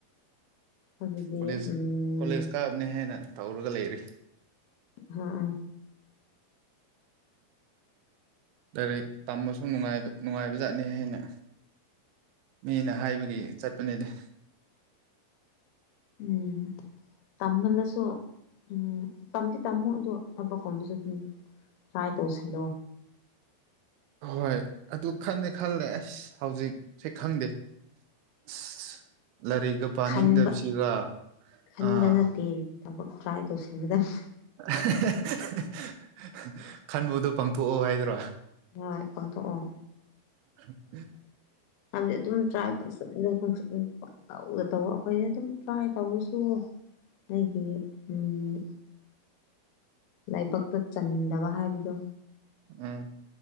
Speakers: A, on the left (about 75°); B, on the right (about 85°).
A: ꯑꯗꯨꯗꯤ
B: ꯀꯣꯂꯦꯖ
A: ꯎꯝ
B: ꯀꯣꯂꯦꯖ ꯀꯥꯕꯅꯦ ꯍꯦꯟꯅ ꯇꯧꯔꯒ ꯂꯩꯔꯤ꯫
A: ꯍꯥ ꯑ
B: ꯂꯥꯏꯔꯤꯛ ꯇꯝꯕꯁꯨ ꯅꯨꯡꯉꯥꯏꯕ ꯅꯨꯉꯥꯏꯕꯖꯥꯠꯅꯤ ꯍꯥꯏꯅ꯫ ꯃꯤꯅ ꯍꯥꯏꯕꯒꯤ ꯆꯠꯄꯅꯦꯗ꯫
A: ꯎꯝ꯫ ꯇꯝꯃꯜꯂꯁꯨ ꯎꯝ ꯇꯝꯗꯤ ꯇꯝꯃꯣ ꯑꯗꫭ ꯊꯕꯛꯀꯨꯝꯕꯁꯨ ꯑꯗꯨ ꯇ꯭ꯔꯥꯏ ꯇꯧꯁꯜꯂꯣ꯫
B: ꯍꯣꯏ ꯑꯗꯨ ꯈꯟꯟꯗꯤ ꯈꯜꯂꯦ ꯑꯁ ꯍꯧꯖꯤꯛꯁꯦ ꯈꯪꯗꯦ꯫ ꯑꯁ ꯂꯥꯏꯔꯤꯛꯀ ꯄꯥꯅꯤꯡꯗꯕꯁꯤꯒꯥ
A: ꯈꯟꯕ ꯈꯟꯕ
B: ꯑꯥ꯫
A: ꯅꯠꯇꯦ ꯊꯕꯛ ꯇ꯭ꯔꯥꯏ ꯇꯧꯁꯤꯟꯒꯗꯕ
B: <unintelligible> ꯈꯟꯕꯗꯣ ꯄꯥꯡꯊꯣꯛꯑꯣ ꯍꯥꯏꯗꯨꯔꫭ꯫
A: ꯍꯣꯏ ꯄꯥꯡꯊꯣꯛꯑꯣ꯫
B: ꯎꯝ
A: ꯍꯥꯏꯕꯗꯤ ꯑꯗꯨꯝ ꯇ꯭ꯔꯥꯏ <unintelligible> ꯇꯧ ꯑꯩꯈꯣꯏꯗꯤ ꯑꯗꯨꯝ ꯇ꯭ꯔꯥꯏ ꯇꯧꯔꯁꯨ ꯑꯩꯒꯤ ꯎꯝꯝ ꯂꯥꯏꯕꯛꯇ ꯆꯟꯗꯕ ꯍꯥꯏꯕꯗꯣ꯫
B: ꯎꯝ